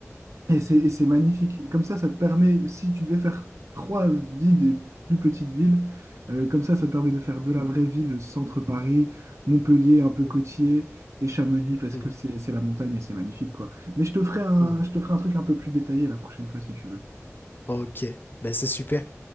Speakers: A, on the right (about 75°); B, on the left (about 40°).
A: et c'est et c'est magnifique. Comme ça, ça te permet, si tu devais faire trois villes des plus petites villes, euh, comme ça, ça te permet de faire de la vraie ville, centre Paris, Montpellier un peu
B: Mhm.
A: côtier et Chamonix parce
B: Mhm.
A: que c'est c'est la montagne et c'est magnifique, quoi. Mais je te ferai un,
B: Mhm.
A: je te ferai un truc un peu plus détaillé la prochaine fois si tu veux.
B: Ok. Ben c'est super.